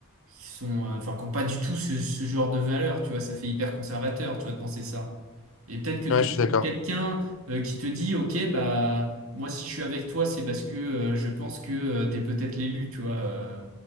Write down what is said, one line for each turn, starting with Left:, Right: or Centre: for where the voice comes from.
Right: qui sont, euh, enfin, qui n'ont pas du tout ce, ce genre de valeurs, tu vois, ça fait hyper conservateur, tu vois, de penser ça. Et peut-être que tomber
Left: Ouais, je suis d'accord.
Right: sur quelqu'un euh, qui te dit, OK, bah moi si je suis avec toi, c'est parce que euh, je pense que euh, t'es peut-être l'élu, tu vois, euh,